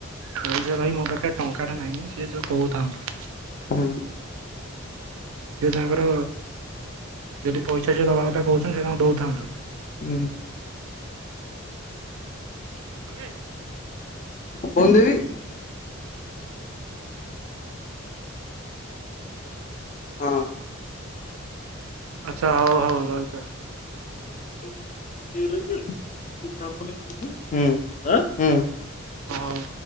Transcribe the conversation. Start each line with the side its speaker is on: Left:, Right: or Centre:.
Right: କହୁଛ ଭାଇ ମୋ ପାଖରେ ଟଙ୍କା ଟେ ନାଇଁ ସେ ଯୋଉ କହୁଥାନ୍ତୁ।
Left: ହୁଁ।
Right: ସେ ତାଙ୍କର ଯଦି ପଇସା ସେ ଦବା କଥା କହୁଛନ୍ତି ସେ ତାଙ୍କର ଦଉଥାନ୍ତୁ।
Left: ହୁଁ।
Right: ଏ କଣ କହିଲୁ?
Left: ଫୋନ ଦେବି? ହଁ।
Right: ଆଚ୍ଛା ହଉ ହଉ ରହିଥା।
Left: ହୁଁ ହୁଁ।
Right: ହଉ।